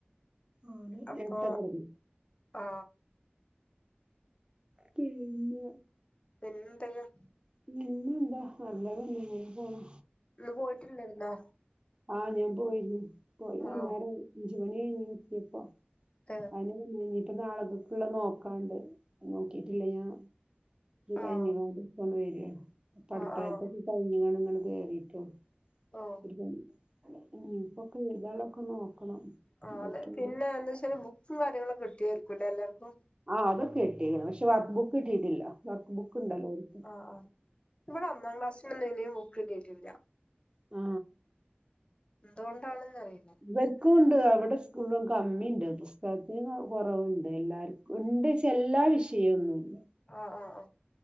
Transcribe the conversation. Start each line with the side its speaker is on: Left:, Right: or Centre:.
Right: ഓല്
Left: അപ്പോ
Right: നേരത്തെ കെടന്നു
Left: ആ.
Right: പിന്നെ
Left: പിന്നെന്തക്കെയാ?
Right: പിന്നെ എന്താ നല്ല തന്നെ ഇങ്ങനെ പോണു.
Left: ഇന്ന് പോയിട്ടില്ലായിരുന്നോ
Right: ആ ഞാൻ പോയിരുന്നു. പോയി വൈന്നേരം
Left: ആഹ്
Right: അഞ്ച് മണി കഴിഞ്ഞ് എത്തിയപ്പോ.
Left: <inaudible>
Right: അതിനെഴഞ്ഞിട്ട് നാളക്കൊക്കുള്ള നോക്കാണ്ട്. നോക്കിട്ടില്ല ഞാൻ. ഇത് കഴിഞ്
Left: ആഹ്
Right: ഇപ്പങ്ങണ്ട് വരാണ്. ഇപ്പ അടുക്കളയത്തൊക്കെ
Left: ആഹ് ആഹ്
Right: കഴിഞ് ങ്ങാണ്ട് ഇങ്ങണ്ട് കേറിട്ടൊള്ളു.
Left: ഓഹ്
Right: ഒരു പണി ഇപ്പൊക്കെ എഴുതാളൊക്കെ നോക്കണം
Left: ആഹ്
Right: എന്നിട്ട്
Left: അതെ പിന്നെ എന്ന് ‌ വെച്ചാല് ബുക് ക്കു കാര്യങ്ങളൊ കിട്ടിയാർകു എല്ലാർക്കും
Right: ആ അതൊക്കെ കിട്ടി. പക്ഷെ വർക്ക് ബുക്ക് കിട്ടീട്ടില്ല. വർക്ക് ബുക്ക് ഉണ്ടല്ലോ ഓര്ക്.
Left: ആ ഇവിടെ ഒന്നാം ക്ലാസ്സിനൊന്നും ഇനിയും ബുക്ക് കിട്ടിട്ടില്ല.
Right: ആ
Left: എന്തുകൊണ്ടാണെന്ന് അറിയില്ല.
Right: ഇവർക്കും ഉണ്ട് അവിടെ സ്കൂളിന് കമ്മിണ്ട്. തോ ശ്രെദ്ധേന്ന കുറവുണ്ട് എല്ലാർക്കും ഉണ്ട് എല്ലാ വിഷയൊന്നുല്ല.
Left: ആ ആ ആ